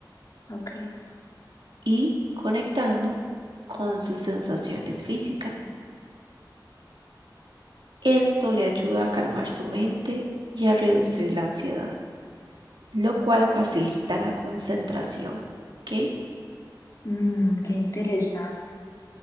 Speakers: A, on the left; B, on the right.
A: Ok.
B: y conectando con sus sensaciones físicas. Esto le ayuda a calmar su mente y a reducir la ansiedad, lo cual facilita la concentración, ¿ok?
A: Mm, qué interesante.